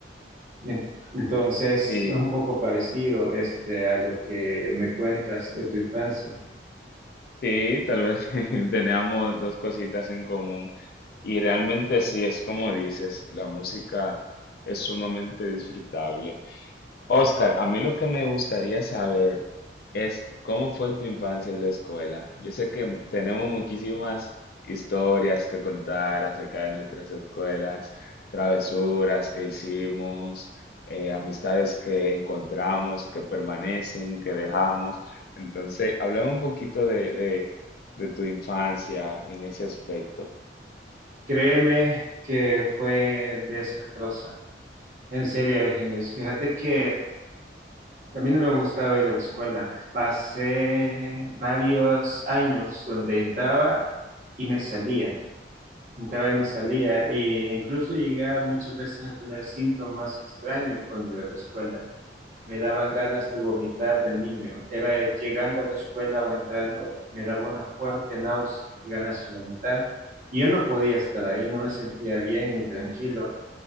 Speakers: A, on the right (about 45°); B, on the left (about 55°).
A: En- Entonces,
B: Sí,
A: es un poco parecido este, a lo que me cuentas de tu infancia.
B: Sí, tal vez <laughs> teníamos dos cositas en común. Y realmente sí, es como dices, la música es sumamente disfrutable. Oscar, a mí lo que me gustaría saber es cómo fue tu infancia en la escuela. Yo sé que tenemos muchísimas historias que contar acerca de nuestras escuelas, travesuras que hicimos, eh, amistades que encontramos, que permanecen, que dejamos. Entonces, hablame un poquito de, de de tu infancia en ese aspecto.
A: Créeme que fue desastrosa. En serio, Argenis, fíjate que a mí no me gustaba ir a la escuela. Pasé varios años donde entraba y me salía. Entraba y me salía. E incluso llegué muchas veces a tener síntomas extraños cuando iba a la escuela. Me daban ganas de vomitar de niño. Era eh, llegando a la escuela o entrando, me daba una fuerte náusea y ganas de vomitar. Y yo no podía estar ahí, no me sentía bien ni tranquilo.